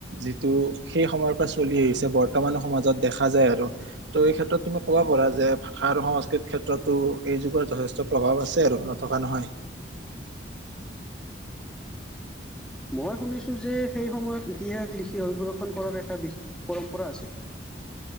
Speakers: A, on the right (about 70°); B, in the centre.
A: যিটো সেই সময়ৰ পৰা চলি আহিছে বৰ্তমান সমাজত দেখা যায় আৰু। ত' এই ক্ষেত্ৰ তুমি কব পাৰা যে ভাষা আৰু সংস্কৃতিৰ ক্ষেত্ৰতো এই যুগৰ যথেষ্ট প্ৰভাৱ আছে আৰু। টকা নহয়।
B: মই শুনিছো যে, সেই সময়ত ইতিহাস লিখি সংৰক্ষণ কৰাৰ এটা বিশেষ পৰম্পৰা আছিল।